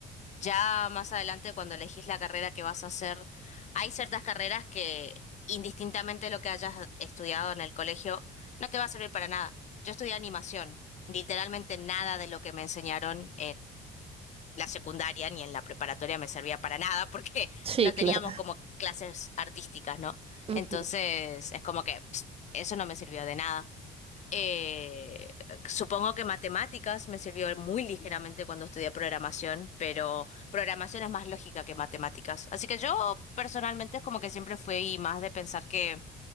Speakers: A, on the left; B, on the right.
A: ya más adelante cuando elegís la carrera que vas a hacer, hay ciertas carreras que indistintamente lo que hayas estudiado en el colegio, no te va a servir para nada. Yo estudié animación, literalmente nada de lo que me enseñaron la secundaria ni en la preparatoria me servía para nada porque <laughs>
B: Sí,
A: no
B: claro.
A: teníamos como clases artísticas, ¿no?
B: Ujú.
A: Entonces es como que pst, eso no me sirvió de nada. Eh, supongo que matemáticas me sirvió muy ligeramente cuando estudié programación, pero programación es más lógica que matemáticas. Así que yo personalmente es como que siempre fui más de pensar que